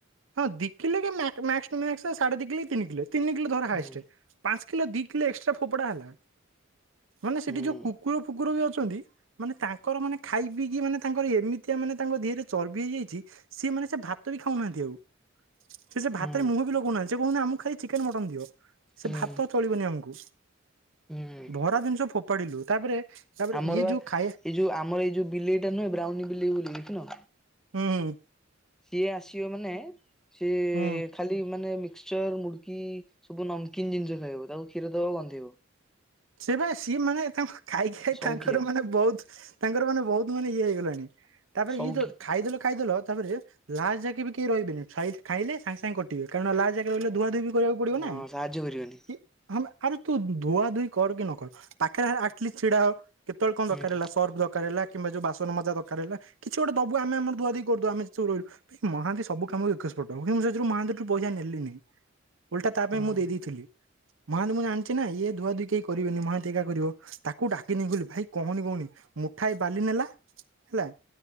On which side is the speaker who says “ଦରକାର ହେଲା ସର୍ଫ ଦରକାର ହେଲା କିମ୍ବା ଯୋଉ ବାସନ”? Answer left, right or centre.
Right